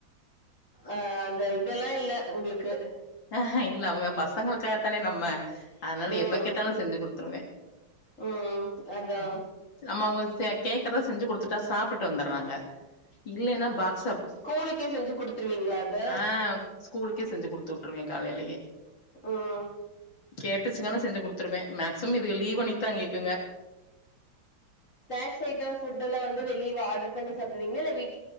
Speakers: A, on the left; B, on the left.
A: ஆ அந்த இதெல்லா இல்ல உங்குளுக்கு
B: அ இல்ல அவுங்க பசங்களுக்காகத்தானே நம்ம அதனால
A: ம்
B: எப்ப கேட்டாலும் செஞ்சு குடுத்துருவே
A: ம் அதா
B: ம் நம்ம அவுங்க கேக்குறத செஞ்சு குடுத்துட்டா சாப்ட்டு வந்துடுறாங்க இல்லன்னா பாக்
A: ஸ்கூலுக்கே செஞ்சு குடுத்துருவீங்களா அத
B: ஆ ஸ்கூலுக்கே செஞ்சு கொடுத்து வுட்டுருவே காலையிலயே
A: ம்
B: கேட்டுச்சுங்கனா செஞ்சு கொடுத்துருவே மேக்சிமம் இதுங்க லீவ் அண்ணக்கி தா கேக்குங்க
A: ஸ்நாகஸ் ஐட்டம் ஃபுட்டு எல்லா வந்து வெளிவ ஆர்டர் பண்ணி சாப்டுவீங்களா இல்ல வீட்